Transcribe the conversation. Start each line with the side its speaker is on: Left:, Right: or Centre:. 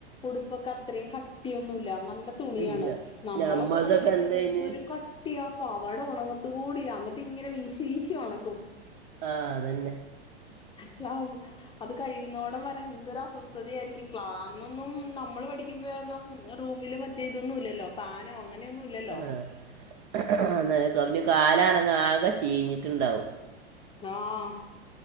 Left: ഉടുപ്പൊക്കെ അത്രയും കട്ടിയൊന്നുല്ല നല്ല തുണിയാണ്
Right: ഇല്ല
Left: നമ്മളൊക്കെ
Right: നമ്മളതൊക്കെ
Left: പഠിക്കുമ്പോ
Right: എന്തേന്
Left: എന്തൊരു ക ട്ടിയാ പാവാട ഒണങ്ങത്ത്കൂടിയില്ല അന്നട്ട്ങ്ങനെ വീശി വീശി ഒണക്കും
Right: ആഹ് അതന്നെ
Left: ക്ലാസ് അത് കഴിയുന്നോടം വരെന്തൊരു അസ്വസ്ഥതയായിരിക്കും ക്ലന്നൊന്നും നമ്മള് പഠിക്കുമ്പഴന്നും ഉം റൂമില് മറ്റേ ഇതൊന്നും ഇല്ലല്ലോ ഫാനോ അങ്ങനെയൊന്നും ഇല്ലല്ലോ
Right: ആഹ് ആഹ് കാലാണങ്ങ ആകെ ചീഞ്ഞിട്ട്ണ്ടാവും
Left: ആഹ്